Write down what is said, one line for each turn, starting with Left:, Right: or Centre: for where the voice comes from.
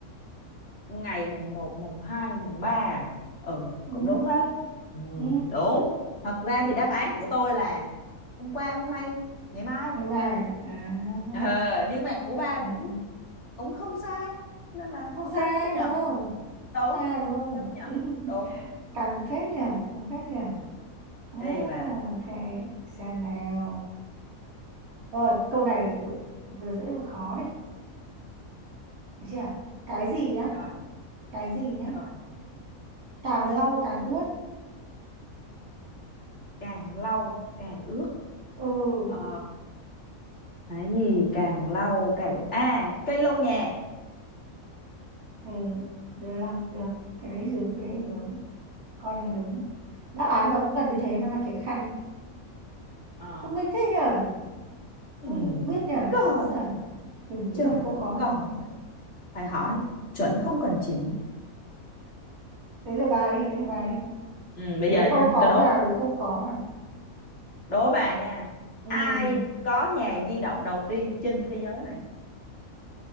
Left: ngày mùng một mùng 2 mùng 3 à? Ừ,
Right: ừ.
Left: cũng đúng đấy. Ừ,
Right: Ừ.
Left: đúng. Thật ra thì đáp án của tôi là hôm qua, hôm nay, ngày mai.
Right: ngày mai à à,
Left: Ờ, nhưng mà của ba cũng
Right: à.
Left: cũng không sai. Nên là
Right: Cũng không
Left: ok,
Right: sai
Left: chấp nhận.
Right: đúng không
Left: Đúng,
Right: Không sai đúng không
Left: chấp nhận.
Right: <laughs>
Left: Đúng.
Right: càng phết nhỉ càng phết nhỉ à,
Left: Ê bà.
Right: ok xem nào rồi câu này vừa, vừa dễ vừa khó đấy được chưa cái gì nhá
Left: Rồi,
Right: cái gì nhá
Left: rồi.
Right: càng lau càng ướt
Left: Càng lâu, càng ướt.
Right: ừ
Left: Ờ, cái gì càng lâu, càng ướt. À, cây lau nhà.
Right: ừ, được được cái đấy đúng cái đấy đúng coi là đúng đáp án là cũng gần như thế nó là cái khăn
Left: Ờ,
Right: thông minh thế nhở
Left: ừ.
Right: không được biết nhở
Left: Còn,
Right: chứ sợ mình nghĩ
Left: trời
Right: ra câu
Left: ơi,
Right: khó hơn
Left: còn. phải hỏi chuẩn không cần chỉnh
Right: đấy là bà đi đấy là bà đi
Left: Ừ, bây
Right: đố
Left: giờ nha,
Right: câu khó
Left: tôi đố
Right: vào đố câu khó vào
Left: đố bà nha.
Right: ừ,
Left: Ai có nhà di động đầu tiên trên thế giới này?